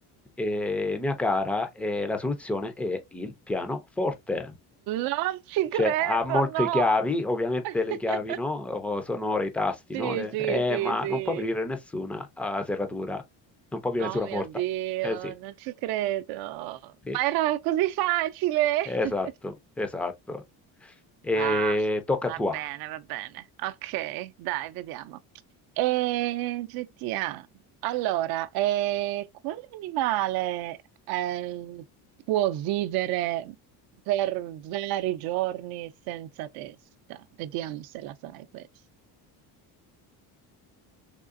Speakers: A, in the centre; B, on the right (about 65°).
A: E, mia cara, eh, la soluzione è il pianoforte.
B: Non ci
A: Cioè,
B: credo,
A: ha molte
B: no.
A: chiavi, ovviamente
B: <laughs>
A: le chiavi, no? Oh, sono ora i tasti,
B: Sì,
A: no? Le-
B: sì,
A: eh,
B: sì,
A: ma
B: sì.
A: non può aprire nessuna ah, serratura, non può aprire
B: Oh
A: nessuna
B: mio
A: porta.
B: Dio,
A: Eh sì.
B: non ci credo. Ma
A: sì.
B: era così facile.
A: Esatto,
B: <laughs>
A: esatto. E
B: Ah,
A: tocca a
B: va
A: tua.
B: bene, va bene. Ok, dai, vediamo. E GTA. Allora, eh, quale animale eh, può vivere per vari giorni senza testa? Vediamo se la sai questa.